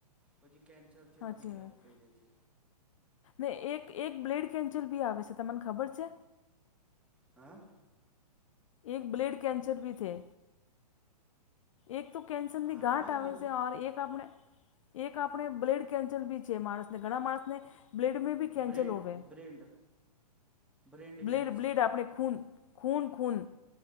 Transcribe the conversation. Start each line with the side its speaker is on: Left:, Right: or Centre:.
Centre: પછી કેન્સર. છે
Left: સાચી
Centre: તમને એવું
Left: વાત
Centre: કહી દે છે.
Left: ને એક એક બ્લેડ કેન્સલ બી આવે છે તમને ખબર છે.
Centre: હા.
Left: એક બ્લેડ કેન્સર ભી થે. એક તો કેન્સનની
Centre: આપણા
Left: ગાંઠ
Centre: એનામાં
Left: આવે છેર એક આપણે. એક આપણે બ્લેડ કેન્સલ બી છે માણસને ઘણા માણસને બ્લેડ મે. કેન્ચલ
Centre: બ્રેન્ડ
Left: હોવે
Centre: brain brain
Left: blood
Centre: cancer
Left: blood આપણે ખૂન. ખૂન ખૂલ.